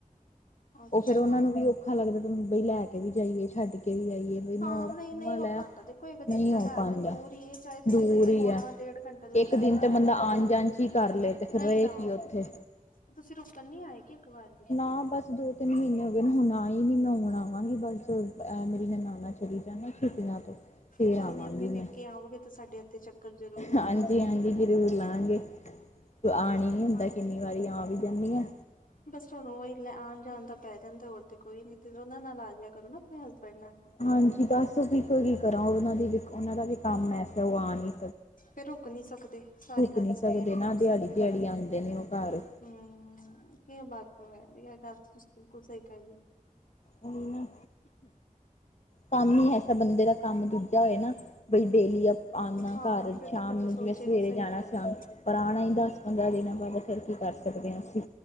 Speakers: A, on the left; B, on the left.
A: ਹੈ ਅੱਛਾ
B: ਉਹ ਫਿਰ ਉਹਨਾ ਨੂੰ ਵੀ ਔਖਾ ਲੱਗਦਾ ਤੇ, ਬਈ ਲੈ ਕੇ ਕੇ ਵੀ ਜਾਈਏ, ਛੱਡ ਕੇ ਵੀ ਆਈਏ ਬਈ ਨੋਰਮਲ
A: ਹਾਂ, ਨਹੀਂ-ਨਹੀਂ ਹੋ
B: ਹੈ
A: ਪਾਉਂਦਾ। ਦੇਖੋ ਇੱਕ
B: ਨਹੀਂ
A: ਦਿਨ ਦਾ
B: ਹੋ
A: ਹੈ
B: ਪਾਉਂਦਾ
A: ਤੇ ਦੂਰ ਹੀ ਹੈ, ਚਾਹੇ
B: ਦੂਰ
A: ਤੁੇ ਕਹੀਏ
B: ਹੀ
A: ਪਾਉਣਾ
B: ਹੈ
A: ਡੇਢ ਘੰਟਾ ਲੱਗਦਾ
B: ਇੱਕ ਦਿਨ
A: ਪਰ
B: ਤੇ
A: ਹੈ
B: ਬੰਦਾ
A: ਦੇਖੋ
B: ਆਣ
A: ਦੂਰ
B: ਜਾਣ
A: ।ਨਹੀਂ
B: ਚ ਹੀ ਕਰ ਲਏ ਤੇ ਫਿਰ ਰਹੇ
A: ਨਾ,
B: ਕੀ ਉੱਥੇ।
A: ਤੇ ਤੁਸੀਂ ਰੁਕਣ ਨੀ ਆਏ ਕਿ ਇੱਕ ਵਾਰ ਵੀ?
B: ਨਾ ਬਸ ਦੋ ਮਹੀਨੇ ਹੋ ਗਏ ਨੇ, ਹੁਣ ਆਈ ਹੀ ਮੈਂ ਹੁਣ ਹਾਂ। ਆਵਾਂਗੀ ਬਸ, ਇਹ ਮੇਰੀਆਂ ਨਨਾਣਾਂ ਚਲੀ ਜਾਣ ਨਾ ਛੁੱਟੀਆਂ ਤੋਂ। ਫੇਰ
A: ਕੋਈ
B: ਆਵਾਂਗੀ
A: ਨੀ ਆਪਣੇ
B: ਮੈਂ।
A: ਪੇਕੇ ਆਓਗੇ ਤਾਂ ਸਾਡੇ ਇੱਥੇ ਚੱਕਰ ਜ਼ਰੂਰ ਲਾਣਾ
B: ਹਾਂਜੀ
A: ਤੁਸੀਂ
B: ਹਾਂਜੀ ਜ਼ਰੂਰ ਲਾਵਾਗੇ। ਆਉਣ ਨੀ ਹੁੰਦਾ
A: ਹਾਂ
B: ਕਿੰਨੀ ਵਾਰੀ ਆ ਵੀ ਜਾਂਦੀ ਹਾਂ
A: ਬਸ <unintelligible> ਲੈ ਆਉਣ ਜਾਣ ਦਾ ਪੈ ਜਾਂਦਾ, ਹੋਰ ਤੇ ਕੋਈ ਨੀ ਓਹਨਾ ਨਾਲ ਆ ਜਿਹਾ ਕਰੋ ਨਾ, ਅਪਣੇ ਹਸਬੈਂਡ ਨਾਲ।
B: ਹਾਂਜੀ ਬਸ ਉਹ ਵੀ ਕੀ ਕਰਾਂ ਉਹਨਾਂ ਦੀ ਵੀ, ਉਹਨਾਂ ਦਾ ਵੀ ਕੰਮ ਐਸਾ, ਉਹ ਆ ਨਹੀਂ
A: ਫਿਰ ਰੁਕ ਨੀ ਸਕਦੇ, ਸਾਰੀ ਗੱਲ
B: ਨੀ
A: ਸਟੇਅ
B: ਸਕਦੇ
A: ਨਹੀ
B: ਨਾ
A: ਕਰ
B: ਦਿਹਾੜੀ-ਦਿਹਾੜੀ
A: ਸਕਦੇ ਹਨਾ,
B: ਆਂਦੇ ਨੇ ਉਹ ਘਰ।
A: ਹਮ ਯੇਹ ਬਾਤ ਤੋਂ ਹੈ। ਇਹ ਗੱਲ, ਤੁਸੀਂ ਬਿਲਕੁਲ ਸਹੀ ਕਹੀ ਏ।
B: ਉਹੀ ਨਾ, ਕੰਮ ਹੀ ਐਸਾ ਬੰਦੇ ਦਾ, ਕੰਮ ਦੂਜਾ ਹੋਏ ਨਾ ਬਈ ਡੇਲੀ ਅੱਪ ਆਨਾ
A: ਹਾਂ
B: ਘਰ
A: ਫਿਰ
B: ਸ਼ਾਮ
A: ਤਾਂ ਬੰਦਾ
B: ਨੂੰ,
A: ਸੋਚੇ
B: ਜਿਵੇਂ ਸਵੇਰੇ
A: ਵੀ ਸਹੀ
B: ਜਾਣਾ,
A: ਗੱਲ
B: ਸ਼ਾਮ
A: ਐ।
B: ਨੂੰ, ਪਰ ਆਉਣਾ ਹੀ ਦੱਸ ਪੰਦਰਾਂ ਦਿਨਾਂ ਬਾਅਦ, ਫਿਰ ਕੀ ਕਰ ਸਕਦੇ ਹਾਂ ਅਸੀਂ